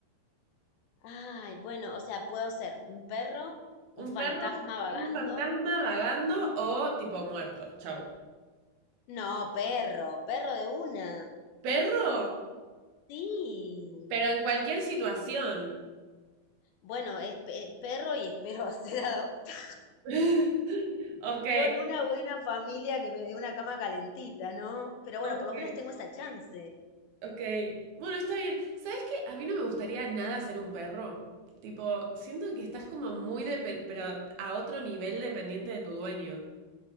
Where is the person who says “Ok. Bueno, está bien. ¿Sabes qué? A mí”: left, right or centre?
Right